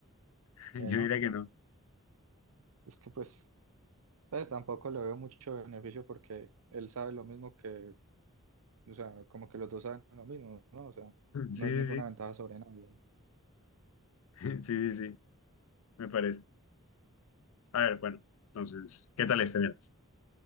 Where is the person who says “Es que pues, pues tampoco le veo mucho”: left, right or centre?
Right